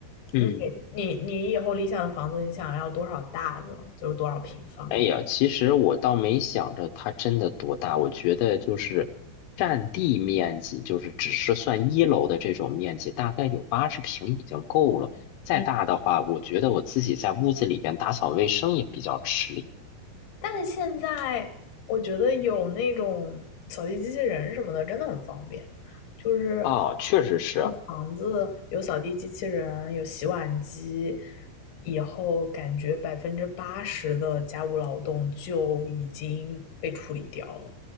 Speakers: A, on the left (about 85°); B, on the left (about 70°).
A: 嗯。
B: 你你你以后理想的房子，你想要多少大的，就是多少平方
A: 哎呀，其实我倒没想着它真的多大，我觉得就是占地面积，就是只是算一楼的这种面积，大概有八十平已经够了。再大的话，
B: 嗯，
A: 我觉得我自己在屋子里边打扫卫生也比较吃力。
B: 但是现在我觉得有那种扫地机器人什么的，真的很方便。就是
A: 哦，确实是，
B: 房子有扫地机器人，有洗碗机，以后感觉百分之八十的家务劳动就已经被处理掉了，